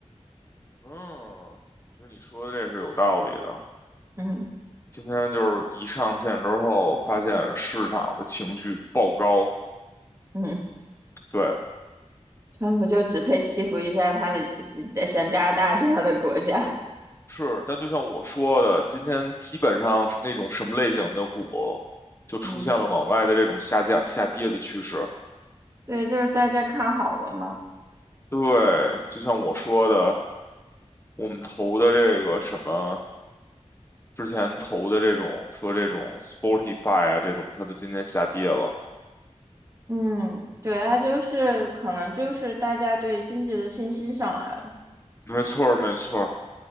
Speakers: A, on the left; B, on the right.
A: 嗯，其实你说的这是有道理的。
B: 嗯
A: 今天就是一上线之后，发现市场的情绪爆高，
B: 嗯，
A: 对，
B: 川普就只配欺负一下他的像加拿大这样的国家。
A: 是。但就像我说的，今天基本上是那种什么类型的股，就出现了往外的这种下降、
B: 嗯
A: 下跌的趋势。
B: 对，就是大家看好了嘛。
A: 对，就像我说的，我们投的这个什么。之前投的这种说这种 Spotify 啊这种，它就今天下跌了。
B: 嗯，对，它就是可能就是大家对经济的信心上来了，
A: 没错儿，没错儿，